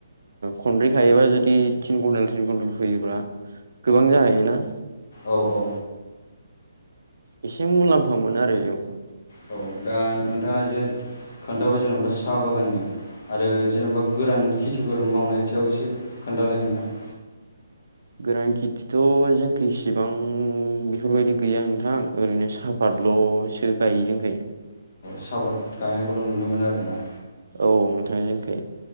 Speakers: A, on the right (about 80°); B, on the left (about 40°).
A: खनब्रै खायोबा जुदि तिन घन्टेल तिन घन्टेल फैयोब्ला गोबां जाहैयोना।
B: औ-औ
A: एसे मुलाम्फा मोनो आरो इयावबो
B: औ दा नोंथाङा जे खोन्थाबाय जेनेबा साहा बागान ने आरो जेन'बा गोरान खेथिफोर मावनायनि सायाव एसे खोन्थालाय नोंथां।
A: गोरान खेथिथ' जोंखिसिबां बेफोरबायदि गैया नोंथां ओरैनो साहाफातल'सो गायो जोंखै
B: सापात गायनायखौल' नुनो मोनो आरो ना।
A: औ नोंथांनि जोंखै